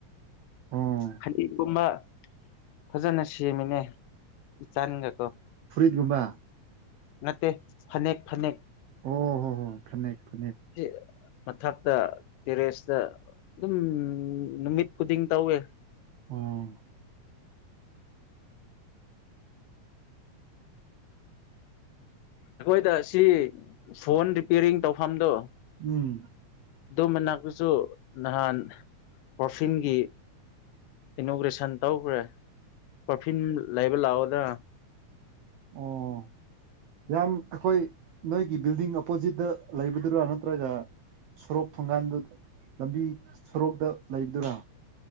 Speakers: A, on the right (about 85°); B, on the left (about 85°).
A: ꯑꯣ
B: ꯈꯖꯤꯡꯒꯨꯝꯕ ꯐꯖꯅ ꯁꯦꯝꯃꯤꯅꯦ ꯏꯆꯥꯟꯒꯀꯣ
A: ꯑꯗꯨꯒꯨꯝꯕ
B: ꯅꯠꯇꯦ ꯐꯅꯦꯛ ꯐꯅꯦꯛ
A: ꯑꯣ ꯍꯣ ꯍꯣ ꯐꯅꯦꯛ ꯐꯅꯦꯛ
B: ꯁꯤ ꯃꯊꯛꯇ ꯇꯦꯔꯦꯁꯇ ꯑꯗꯨꯝ ꯅꯨꯃꯤꯠ ꯈꯨꯗꯤꯡ ꯇꯧꯋꯦ
A: ꯎꯝ
B: ꯑꯈꯣꯏꯗ ꯁꯤ ꯐꯣꯟ ꯔꯤꯄꯤꯌꯥꯔꯤꯡ ꯇꯧꯐꯝꯗꯣ
A: ꯎꯝ
B: ꯑꯗꯨ ꯃꯅꯥꯛꯇꯁꯨ ꯅꯍꯥꯟ ꯄꯔꯐꯤꯌꯨꯝꯒꯤ ꯏꯅꯣꯒ꯭ꯔꯦꯁꯟ ꯇꯧꯈ꯭ꯔꯦ ꯄꯔꯐ꯭ꯤꯌꯨꯝ ꯂꯩꯕ ꯂꯥꯛꯑꯣꯗꯅ
A: ꯑꯣ ꯌꯥꯝ ꯑꯈꯣꯏ ꯅꯣꯏꯒꯤ ꯕꯤꯜꯗꯤꯡ ꯑꯣꯄꯣꯖꯤꯠꯇ ꯂꯩꯕꯗꯨꯔꯥ ꯅꯠꯇ꯭ꯔꯒ ꯁꯣꯔꯣꯛ ꯊꯣꯡꯒꯜꯗꯨ ꯂꯝꯕꯤ ꯁꯣꯔꯣꯛꯇ ꯂꯩꯕꯗꯨꯔ